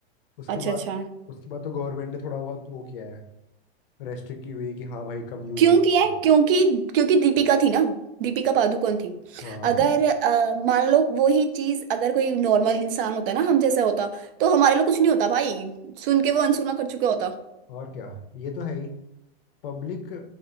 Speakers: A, on the left; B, on the right.
A: उसके
B: अच्छा
A: बाद
B: अच्छा
A: उसके बाद तो गवर्नमेंट ने थोड़ा बहुत वो किया है रेस्ट्रिक्ट की हुई है कि हाँ भाई कम यूज
B: क्यों
A: होगा
B: किया है क्योंकि क्योंकि दीपिका थी ना दीपिका पादुकोण थी
A: <laughs> हाँ
B: अगर अ, मान लो वो ही चीज अगर कोई नॉर्मल इंसान होता ना हम जैसा होता तो हमारे लिए कुछ नहीं होता भाई सुन के वो अनसुना कर चुका होता
A: और क्या ये तो है ही पब्लिक